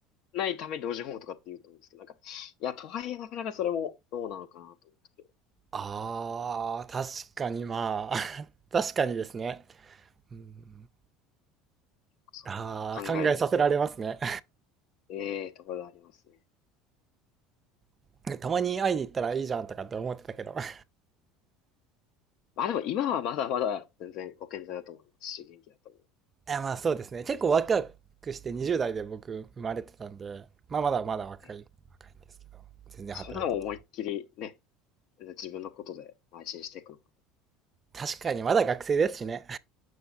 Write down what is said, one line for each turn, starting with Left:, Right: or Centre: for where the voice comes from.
Left: ないために老人ホームとかって言うと思うんですけど、なんか、いや、とはいえなかなかそれもどうなのかなと思うとき、
Right: あー、確かにまあ、<laughs> 確かにですね。うん
Left: そこ考えると、
Right: あー、考えさせられますね。
Left: ええところがありますね。
Right: <laughs> たまに会いに行ったらいいじゃんとかって思ってたけど。<laughs>
Left: まあでも今はまだまだ全然ご健在だと思いますし、元気だと思う。
Right: いやまあそうですね。結構ワクワクして20代で僕生まれてたんで、
Left: ミッキー、
Right: まあまだまだ若い、
Left: え
Right: 若いんですけど、全然働いて
Left: それでも思いっきりね、自分のことで邁進していくのか。
Right: 確かにまだ学生ですしね。